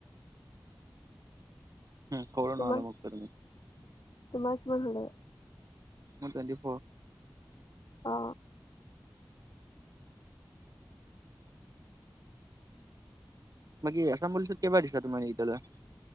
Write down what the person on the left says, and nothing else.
তোমাক-তোমাৰ
কিমান হ'লে?
অ।